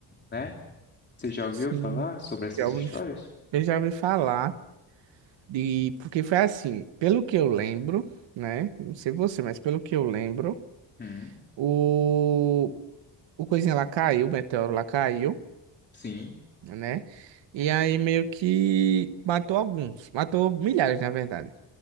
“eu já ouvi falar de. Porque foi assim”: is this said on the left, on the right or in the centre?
Right